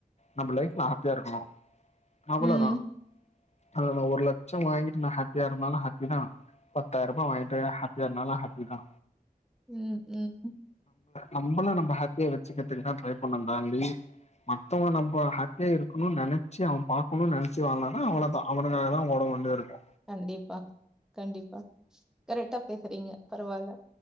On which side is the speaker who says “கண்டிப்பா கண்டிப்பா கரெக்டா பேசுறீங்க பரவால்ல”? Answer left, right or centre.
Centre